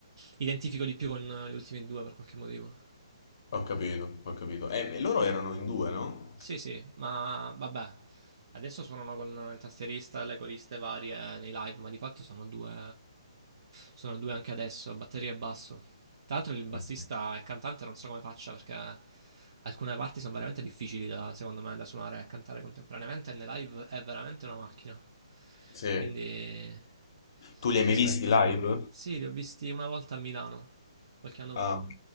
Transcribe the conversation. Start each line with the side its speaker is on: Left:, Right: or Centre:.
Right: identifico di più con gli ultimi due per qualche motivo.
Left: Ho capito, ho capito. Eh, e loro erano in due, no?
Right: Sì, sì, ma vabbè. Adesso suonano con il tastierista e le coriste varie nei live, ma di fatto sono due, sono due anche adesso, batteria e basso. Tra l'altro il bassista
Left: Ok.
Right: e il cantante non so come faccia perché alcune parti sono veramente difficili da, secondo me da suonare e cantare contemporaneamente e nei live è veramente una macchina.
Left: Sì.
Right: Quindi
Left: Tu li hai
Right: rispetto.
Left: mai visti live?
Right: Sì, li ho visti una volta a Milano, qualche anno fa.
Left: Ah, ok.